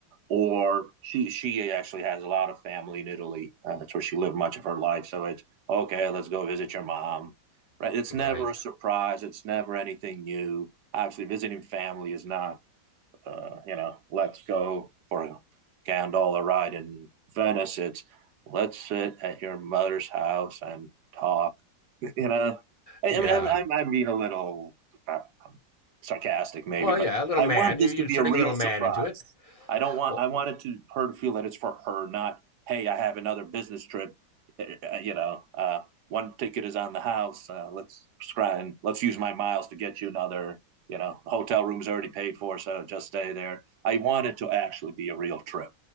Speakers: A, on the right; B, on the left.
A: or she she actually has a lot of family in Italy. Uh, that's where she lived much of her life. So it's okay. Let's go visit your mom. Right? It's
B: right.
A: never a surprise. It's never anything new. Obviously, visiting family is not. Uh, you know, let's go for a gondola ride in Venice. It's let's sit at your mother's house and talk <laughs> you know, I,
B: Yeah.
A: I mean, I'm, I'm, being a little uh, sarcastic, maybe,
B: Well,
A: but
B: yeah. A little
A: I
B: man.
A: want
B: You're
A: this
B: inserting
A: to be a real
B: a little man
A: surprise.
B: into it.
A: I don't want
B: Well,
A: I wanted to her to feel that it's for her, not hey, I have another business trip. Uh, uh, uh, you know, uh, one ticket is on the house. Uh, let's scry let's use my miles to get you another. You know, hotel room's already paid for, so just stay there. I want it to actually be a real trip.